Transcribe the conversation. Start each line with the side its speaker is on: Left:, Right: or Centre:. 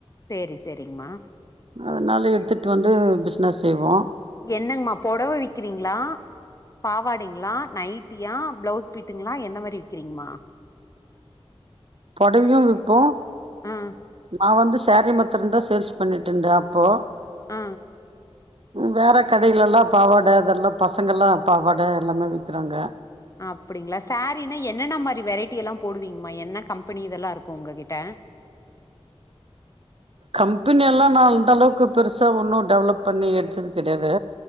Left: சேரி சேரிங்மா
Right: அதனால எடுத்துடு வந்து பிஸ்னஸ் செய்வோ
Left: என்னங்கமா புடவ விக்கிறீங்களா பாவாடைங்களா நைட்டியா ப்ளவுஸ் பீட்டுங்களா எந்த மாரி விக்கிறீங்கம்மா
Right: பொடவையு விப்போ
Left: ஆ
Right: நா வந்து சேரீ மாத் தந்ரோ சேல்ஸ் பண்ணிட்ருந்தே அப்போ
Left: அ
Right: வேற கடைலல்லா பாவாட அதெல்லா பசங்கள்லா பாவாட எல்லாமே விக்கிறாங்க
Left: அப்படிங்களா சேரீனா என்னென்ன மாரி வெரைட்டி எல்லா போடுவீங்மா என்ன கம்பெனி இதெல்லா இருக்கு உங்க கிட்ட
Right: கம்பெனியெல்லா நா அந்தளவுக்கு பெருசாக ஒன்னு டெவலப் பண்ணி எடுத்தது கெடையாது